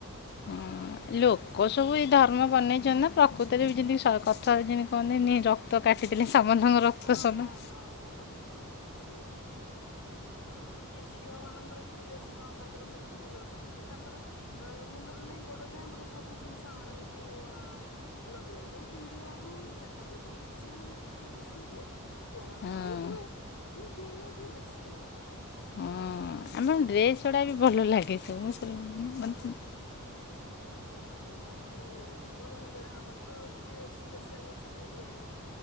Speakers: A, on the left; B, on the left.
A: ହଁ
B: ଯେମିତି ନୂଆ
A: ଲୋକ
B: ଡ୍ରେସ୍ ପିନ୍ଧନ୍ତି
A: ସବୁ ଏଇ ଧା କରମ ବନେଇଛନ୍ତି ନା ପ୍ରକୃତିରେ ବି ଯେମିତି କଥ ଯେମିତି କହନ୍ତିନି ରା କ୍ତ କାଟିଥିଲି ସାମଙ୍କ ରକ୍ତ
B: ହଁ
A: ସମାନ।
B: ହଁ ହଁ ସମାନ ହଁ ବାସ ସେଇ କଥା। ଆଉ ବାକି ଝିଅ ମଙ୍କର ଟିକେ ବେଶୀ କଣ ତାଙ୍କର ମେହେନ୍ଦୀ ଲଗାନ୍ତି ତାଙ୍କର ମୁଣ୍ଡରୁ ନେଇାଇ ଗୋଡ ଯାଏ ପୁରା ସବୁ ଜିନିଷ ଆଣନ୍ତି ନୂଆ। ଲଗେଇବା ହଉ ପିନ୍ଧିବା ହଉ ଯାହାବି ହଉ ଝିଅ ମାନଙ୍କର ଟିକେ ବେଶ ପୁଅମାନଙ୍କର
A: ହଁ
B: ବି ହୁଏ କିନ୍ତୁ ଝିଅମାନଙ୍କର ଟିକିଏ ବେଶୀ ହୁଏ।
A: ହଁ ଆମର ଡ୍ରେସ୍ ଗୁଡ଼ା ବି ଭଲ ଲାଗେ ସବୁ ସ
B: ହଁ।
A: ମାନେୁଁ।
B: ଆଉ ବାକି ଭଲ ମନ୍ଦ ଯାହା ଆମର ତ ଟିକିଏ ସ୍ପେ। ଶାଆଲ ହେଉଛି ବିରିୟାନୀ।